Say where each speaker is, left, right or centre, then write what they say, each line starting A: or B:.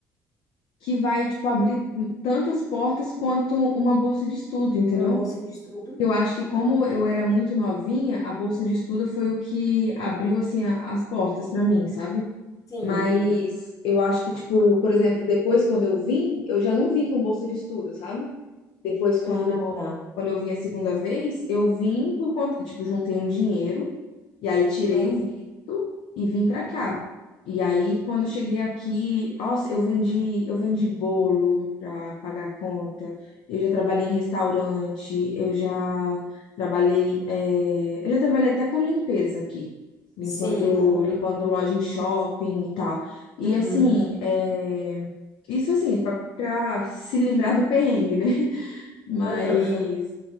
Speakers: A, on the left; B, on the left.
A: que vai, tipo, abrir tantas portas quanto uma bolsa de estudo, entendeu?
B: Uma bolsa de estudo?
A: Eu acho que como
B: Ah,
A: eu era muito novinha, a bolsa de estudo foi o que abriu, assim, a- as portas pra mim, sabe?
B: sim.
A: Mas eu acho que, tipo, por exemplo, depois quando eu vim, eu já não vim com bolsa de estudo, sabe? Depois, quando,
B: Ah, tá.
A: quando eu vim a segunda vez, eu vim por conta, tipo, juntei um dinheiro e aí tirei
B: Aham.
A: o visto e vim pra cá. E aí, quando cheguei aqui, nossa, eu vendi, eu vendi bolo pra pagar a conta. Eu já trabalhei
B: Uhum.
A: em restaurante, eu já trabalhei, eh, eu já trabalhei até com limpeza aqui, limpando,
B: Sim. Aham.
A: limpando loja em shopping e tal. E
B: Uhum.
A: assim, eh, isso assim, pra pra se livrar do perrengue, né? Mas,
B: Aham.